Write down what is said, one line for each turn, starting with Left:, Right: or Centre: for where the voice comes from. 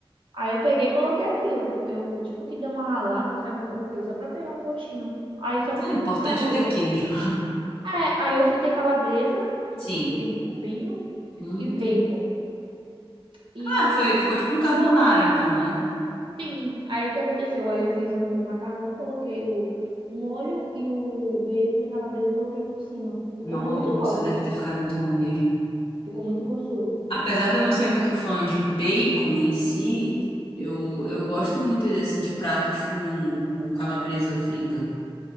Right: Aí eu peguei e coloquei aquilo. Eu, tipo, que dei uma ralada, sabe? Coloquei só pra pegar um gostinho. Aí só pra
Left: É
Right: não
Left: importante
Right: ficar a coisa.
Left: é ter queijo.
Right: É, aí eu fritei calabresa,
Left: Sim.
Right: eu fritei em cubinho
Left: Hum.
Right: e bacon. E,
Left: Ah, foi, ficou tipo um carbonara, então, né?
Right: sim, aí o que aconteceu? Aí eu fiz um macarrão, coloquei o, o molho e o bacon e a calabresa eu coloquei por cima. Ficou
Left: Nossa,
Right: muito top.
Left: deve ter ficado muito bom mesmo.
Right: Ficou muito gostoso.
Left: Apesar de eu não ser muito fã de bacon em si, eu, eu gosto muito assim, de pratos com, com calabresa frita.